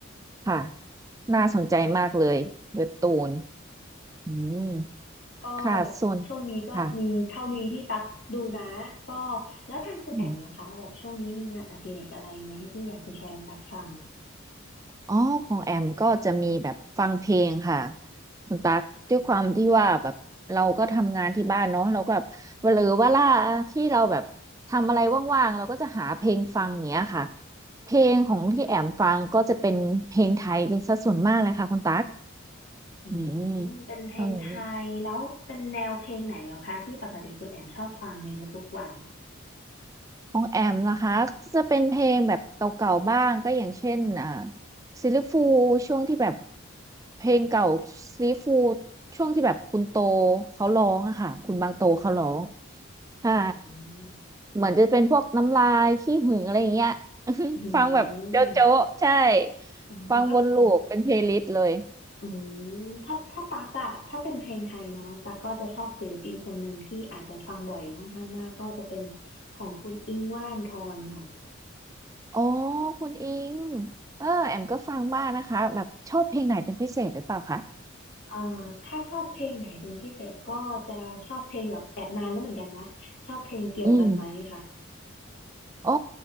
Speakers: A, on the right; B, on the left.
A: ค่ะน่าสนใจมากเลยเว็บตูนอืม
B: ก็
A: ค่ะส่วน
B: ช่วงนี้ก็มีเท่านี้ที่ตักดูนะก็
A: ค่ะ
B: แล้วทางคุณแอมล่ะคะแบบช่วงนี้มีงานอดิเรกอะไรไหมที่อยากจะแชร์ให้ตักฟัง
A: อืม อ๋อของแอมก็จะมีแบบฟังเพลงค่ะคุณตั๊กด้วยความที่ว่าแบบเราก็ทำงานที่บ้านเนาะเราก็แบบหรือว่าล่าที่เราแบบทำอะไรว่างๆเราก็จะหาเพลงฟังเนี้ยค่ะเพลงของที่แอมฟังก็จะเป็นเพลงไทยเป็นสัดส่วนมากเลยค่ะคุณตั๊ก
B: อืม
A: อืม
B: เป็นเพลงไทยแล้วเป็นแนวเพลงไหนเหรอคะที่ปกติคุณแอมชอบฟังในทุกๆวัน
A: ตรงนี้ ของแอมนะคะจะเป็นเพลงแบบเก่าๆบ้างก็อย่างเช่นอ่าซิลลิฟูช่วงที่แบบเพลงเก่าซิลลิฟูช่วงที่แบบคุณโตเขาร้องอะค่ะคุณบางโตเขาร้องใช่
B: อืม
A: เหมือนจะเป็นพวกน้ำลายขี้หึงอะไรอย่างเงี้ย <laughs>
B: อืม
A: ฟังแบบโจ๊ะโจ๊ะใช่
B: อ๋อถ้า
A: ฟังวนลูปเป็นเพลย์ลิสต์เลย
B: อืมถ้าถ้าตักอะถ้าเป็นเพลงไทยนะตักก็จะชอบศิลปินคนหนึ่งที่อาจจะฟังบ่อยค่อนข้างมากก็จะเป็นของคุณอิ้งค์วรันธรค่ะ
A: อ๋อคุณอิงเออแอมก็ฟังบ้างนะคะแบบชอบเพลงไหนเป็นพิเศษหรือเปล่าคะ
B: เอ่อถ้าชอบเพลงไหนเป็นพิเศษก็จะชอบเพลงแบบแอบนานแล้วเหมือนกันนะชอบเพลงเกี่ยวกันไหมค่ะ
A: อืม อ๋อ